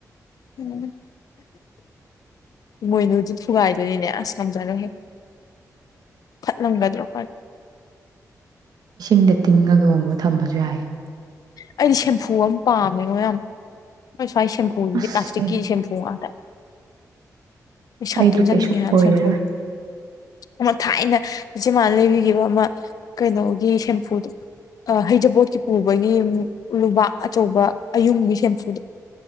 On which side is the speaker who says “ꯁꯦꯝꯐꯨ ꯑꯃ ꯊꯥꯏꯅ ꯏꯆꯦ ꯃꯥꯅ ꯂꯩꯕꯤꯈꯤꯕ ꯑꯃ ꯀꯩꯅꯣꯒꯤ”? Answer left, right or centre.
Left